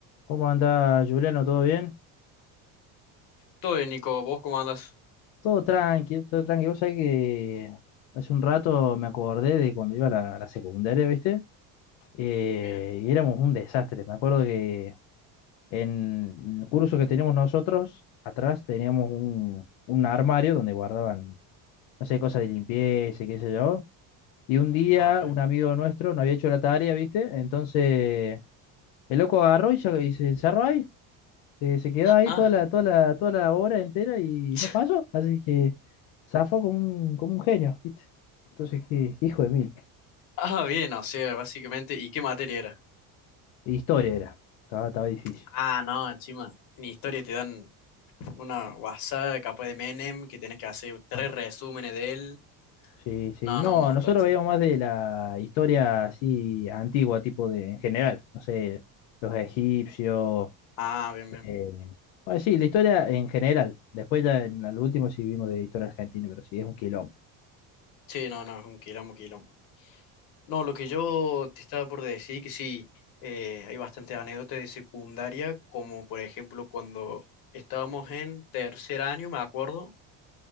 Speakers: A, on the left (about 75°); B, on the left (about 60°).
A: ¿Cómo anda Juliano? ¿Todo bien?
B: Todo bien, Nico. ¿Vos cómo andas?
A: Todo tranqui, todo tranqui. Vos sabés que hace un rato me acordé de cuando iba a la, a la secundaria, ¿viste? Eh,
B: Bien.
A: y éramos un desastre. Me acuerdo que en el curso que teníamos nosotros, atrás teníamos un, un armario donde guardaban, no sé, cosas de limpieza, y qué sé yo. Y un día
B: Ah, bien.
A: un amigo nuestro no había hecho la tarea, ¿viste? Entonces el loco agarró y, se- y se encerró ahí. Se, se quedó ahí
B: Ah,
A: toda la, toda la, toda la hora entera y
B: <laughs>
A: no pasó. Así que zafó como un, como un genio, ¿viste? Entonces, qué hijo de mil.
B: ah, bien, o sea, básicamente. ¿Y qué materia era?
A: Historia era. Estaba, estaba difícil.
B: Ah, no, encima. En historia te dan una WhatsApp capaz de Menem que tenés que hacer tres
A: Ah,
B: resúmenes de él.
A: sí, sí.
B: No,
A: No,
B: no, un montón,
A: nosotros
B: sí.
A: veíamos más de la historia así antigua, tipo de, en general. No sé, los egipcios.
B: Ah, bien, bien.
A: eh, bueno, sí, la historia en general. Después ya en el último sí vimos de historia argentina, pero sí, es un quilombo.
B: Sí, no, no, es un quilombo, quilombo. No, lo que yo te estaba por decir, que sí, eh, hay bastantes anécdotas de secundaria, como por ejemplo cuando estábamos en tercer año, me acuerdo.